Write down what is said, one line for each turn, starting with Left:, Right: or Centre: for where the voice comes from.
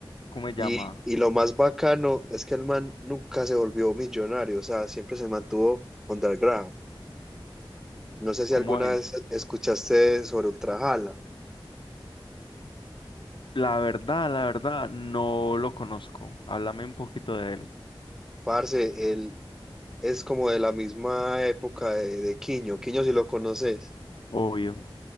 Left: ¿cómo se llama?
Centre: Y, y lo más bacano es que el man nunca se volvió millonario, o sea, siempre se mantuvo underground. No sé si
Left: ¿Cómo
Centre: alguna
Left: es?
Centre: vez escuchaste sobre Ultrajala.
Left: La verdad, la verdad, no lo conozco. Háblame un poquito de él.
Centre: Parce, él es como de la misma época de, de Quiño. Quiño, si lo conoces.
Left: Obvio.